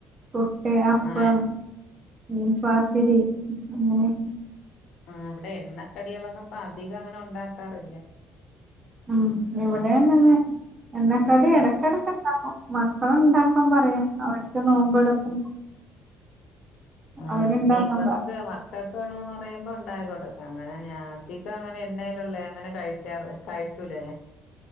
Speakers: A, on the right; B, on the left.
A: പുട്ട് അപ്പം
B: ആ
A: നൈസ് പാത്തിരി അങ്ങനെ
B: ആ ഇവിടെ എണ്ണക്കടികളൊന്നും പ്പൊ അധികംങ്ങനെ ഉണ്ടാക്കാറില്ല
A: ഉം ഇവടങ്ങനെ
B: ഉം
A: എണ്ണക്കടി
B: ഉം
A: എടക്കട്ക്ണ്ടാക്കും മക്കള്ണ്ടാക്കാംപറയും അവർക്ക് നോമ്പ് എടുക്കുമ്പൊ
B: ആ
A: അവര്ണ്ടാക്കാൻ
B: പിന്നെ ഇവർക്ക്
A: പറയും
B: മക്കക്ക്ന്ന് പറയുമ്പോണ്ടായ് കൊടുക്കും അങ്ങനെ ഞാൻ അധികംങ്ങനെ എണ്ണയിലുള്ളേ അങ്ങനെ കഴിക്കാറ് കഴിക്കൂലല്ല